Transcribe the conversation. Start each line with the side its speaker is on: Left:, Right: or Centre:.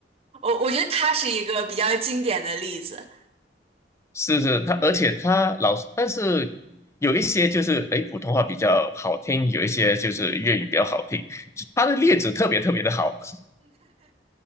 Right: 我我觉得他是一个比较经典的例子。
Left: 是是他，而且他老，但是有一些就是诶普通话比较好听，有一些就是粤语比较好听，他的例子特别特别的好。<laughs>